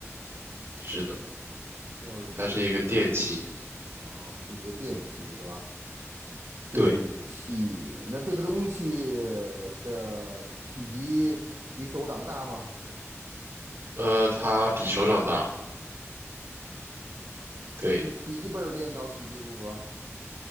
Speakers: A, on the right; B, on the right.
A: 是的，
B: 需要用电。
A: 它是一个电器。
B: 哦，是一个电器是吧？电器。
A: 对，
B: 那这个东西的体积比手掌大吗？
A: 呃，它比手掌大。
B: 比笔记本儿电脑体积如何？
A: 对，